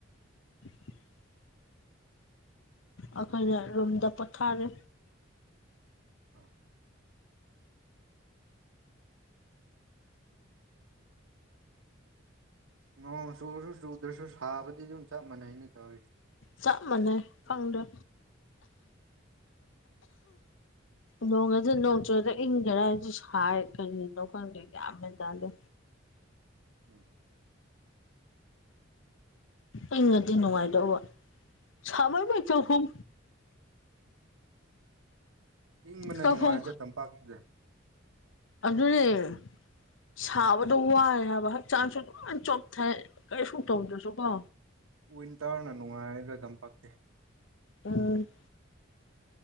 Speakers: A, on the left (about 70°); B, on the right (about 85°).
A: <unintelligible> ꯑꯩꯈꯣꯏꯅ ꯔꯨꯝꯗ ꯄꯣꯊꯥꯔꯦ
B: ꯑꯥ ꯅꯣꯡ ꯆꯨꯁꯨ ꯆꯨꯗ꯭ꯔꯁꯨ ꯁꯥꯕꯗꯤ ꯑꯗꯨꯝ ꯆꯞ ꯃꯥꯟꯅꯩꯅꯦ ꯇꯧꯔꯤꯁꯦ
A: ꯆꯞ ꯃꯥꯟꯅꯩ ꯐꯪꯗ ꯅꯣꯡꯗꯤ ꯅꯣꯡ ꯆꯣꯏꯗ ꯏꯪꯒꯦꯔꯥ ꯍꯥꯏꯁꯨ ꯁꯥꯏ ꯀꯔꯤꯅꯣ ꯈꯪꯒꯦ ꯌꯥꯝꯃꯦ ꯇꯗ
B: ꯎꯝ
A: ꯑꯩꯉꯗꯤ ꯅꯨꯡꯉꯥꯏꯗꯧꯕ ꯁꯕꯩ ꯃꯩ ꯆ ꯍꯨꯝ
B: ꯎ ꯏꯪꯕꯅ
A: ꯆꯥꯛꯈꯨꯝ
B: ꯅꯨꯡꯉꯥꯏꯔꯁꯦ ꯇꯝꯄꯥꯛꯇꯨꯁ
A: ꯑꯟꯖꯅꯦ ꯁꯥꯕꯗꯣ ꯋꯥꯏꯦ ꯍꯥꯏꯕ ꯍꯛꯆꯥꯡꯁꯨ ꯂꯣꯏ ꯆꯣꯞꯊꯥꯏ ꯀꯩꯁꯨꯨꯝ ꯇꯧꯗ꯭ꯔꯁꯨ ꯀꯣ
B: ꯋꯤꯟꯇꯔꯅ ꯅꯨꯡꯉꯥꯏꯔꯗ ꯑꯗꯨꯝ ꯄꯛꯇꯦ
A: ꯎꯝ